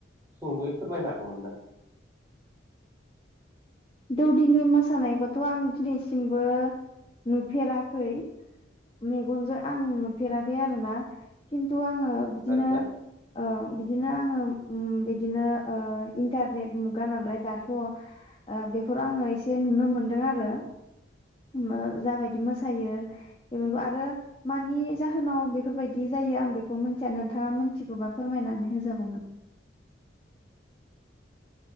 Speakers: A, on the right; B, on the left.
A: सुंद'यै फोरमायनो हागौमोन ना
B: दौदिनि मोसानायखौथ' आं दिनैसिमबो नुफेराखै मेगन जो आं नुफेराखै आरोना खिन्थु आङो बिदिनो
A: आदसा
B: ओ बिदिनो आङो बिदिनो ओ इन्टारनेट मुगा नालाय दाथ' बेफोराव आङो एसे नुनो मोनदों आरो ओ जाबायदि मोसायो बेफोरखौ आरो मानि जाहोनाव बेफोरबायदि जायो आं बेखौ मिथिया नोंथाङा मिथिगौबा फोरमायनानै होजागौमोन